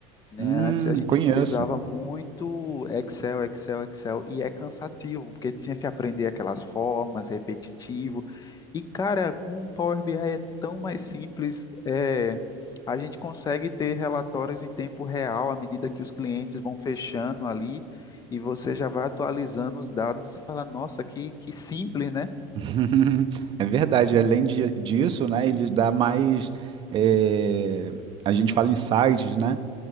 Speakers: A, on the left; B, on the right.
A: né?
B: Hum,
A: Antes a gente
B: conheço.
A: utilizava muito Excel, Excel, Excel, e é cansativo, porque tinha que aprender aquelas formas, repetitivo. E, cara, com o Power BI é tão mais simples, é, a gente consegue ter relatórios em tempo real à medida que os clientes vão fechando ali. E você já vai atualizando os dados, você fala, nossa, que, que simples, né?
B: <laughs> É verdade. Além de- disso, né, ele dá mais, eh, a gente fala insights, né?